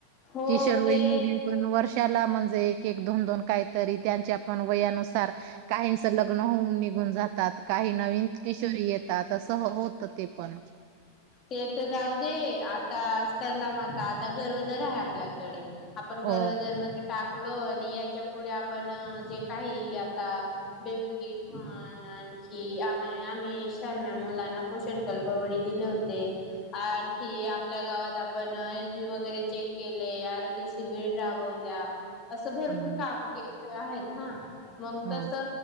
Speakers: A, on the left; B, on the right.
A: हो
B: किशोरवयीन
A: ते
B: मुली- वर्षाला म्हणजे एक एक दोन दोन काही तरी त्यांच्या- पण वयानुसार काहींच लग्न होऊन निघून जातात. काही नवीन किशोरी येत- तात. अस होत ते पण.
A: ते ते जाऊदे आता सनदा माता आता गरोदर आहे आपल्याकडे आपण
B: हो
A: गर्भधर मध्ये टाकलो आणि याच्या पुुढे आपण जे काही आता बेबी किट म्ह आणखी आम आम्ही शहाण्या मुलांना पोषण कल्पवडी दिले होते. आणखी आपल्या गावात आपण एस बी वगैरे चेक केले आरो्ग्य सिबीर राबवल्या असं भरपूर
B: हम्म
A: काम केले आहेत हा मग
B: हा
A: तस